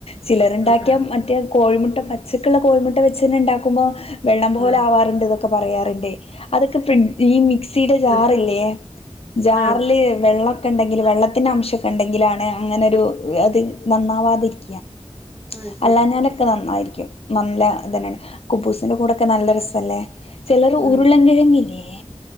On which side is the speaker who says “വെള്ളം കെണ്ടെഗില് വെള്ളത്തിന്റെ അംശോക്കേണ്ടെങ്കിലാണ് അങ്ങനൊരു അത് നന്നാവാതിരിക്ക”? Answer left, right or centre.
Left